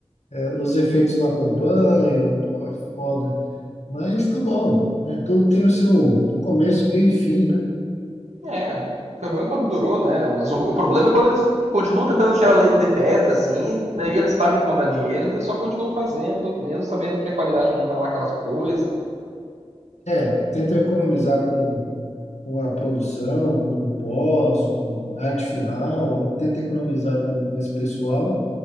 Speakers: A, on the left; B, on the right.
A: é, os efeitos não acompanham. Pô, é foda. Mas tá bom, né? Tudo tem o seu começo, meio e fim, né?
B: É, foi bom enquanto durou, né? Mas o, o problema é quando eles continuam tentando tirar leite de pedra, assim, daí eles sabem que vão dar dinheiro, daí eles só continuam fazendo, mesmo sabendo que a qualidade não tá lá aquelas coisas.
A: É, tentam economizar com, com a produção, com o pós, com a arte final, né? Tenta economizar com, com esse pessoal,